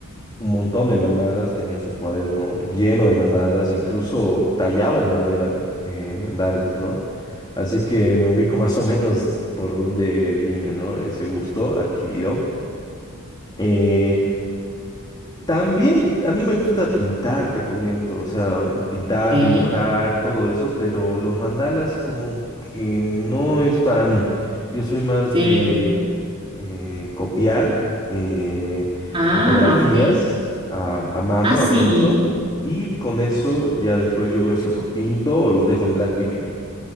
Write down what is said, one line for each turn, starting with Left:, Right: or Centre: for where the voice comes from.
Left: un montón de mandalas, tenía su cuaderno lleno de mandalas, incluso tallaba en madera eh, mandalas, ¿no? Así que me ubico <laughs> más o menos por dónde viene, ¿no? Ese gusto adquirido. Eh, también a mí me gusta pintar, te comento, o sea, pintar,
Right: ¿Qué?
Left: dibujar, todo eso, pero los mandalas como que no es para mí. Yo soy más
Right: Sí.
Left: de eh, copiar eh,
Right: Ah,
Left: fotografías
Right: ok.
Left: a, a mano,
Right: Ah, sí.
Left: a pulso, y con eso ya después yo veo si los pinto o los dejo en blanco y negro.